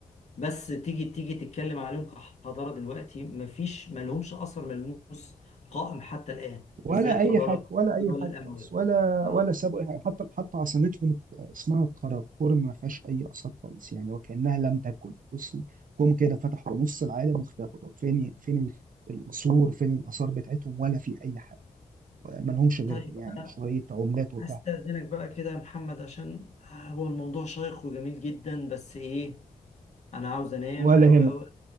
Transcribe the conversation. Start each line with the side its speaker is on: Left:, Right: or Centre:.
Left: بس تيجي تيجي تتكلم عليهم كحضاره دلوقتي مفيش ما لهمش اثر ملموس قائم حتى الان
Right: ولا
Left: مش زي الحضاره
Right: اي حاجه
Left: القبطيه
Right: ولا اي
Left: ولا
Right: حاجه
Left: الامويه
Right: خالص ولا
Left: آه.
Right: ولا سابوا اي حاجه حتى حتى عاصمتهم اسمها قراقور ما فيهاش اي اثار خالص يعني وكانها لم تكن بصوا جم كده فتحوا نص العالم واختفوا طب فين فين ال- القصور فين الاثار بتاعتهم ولا في اي حاجه ما لهمش غير
Left: طيب
Right: يعني
Left: انا
Right: شويه عملات وبتاع
Left: هستاذنك بقى كده يا محمد عشان هو الموضوع شيق وجميل جدا بس ايه انا عاوز انام
Right: ولا
Left: او
Right: يهمك
Left: او